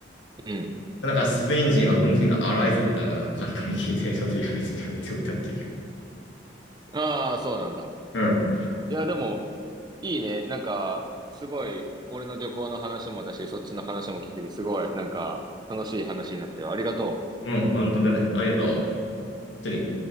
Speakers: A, on the right (about 25°); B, on the left (about 80°).
A: うん。
B: なんかスペイン人は運転が荒いぞみたいな書き込み聞いて、ちょっとやめて、やめておいたっていう。
A: ああ、そうなんだ。
B: うん。
A: いや、でも、いいね。なんか、すごい、俺の旅行の話もだし、そっちの話も聞けて、すごい、なんか、楽しい話になってよ。ありがとう。
B: うん、本当だね。ありがとう。本当に